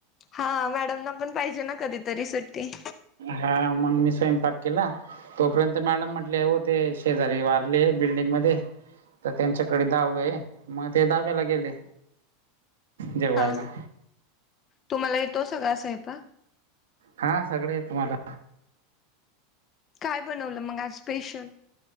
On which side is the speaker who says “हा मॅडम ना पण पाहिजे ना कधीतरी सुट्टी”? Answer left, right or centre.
Left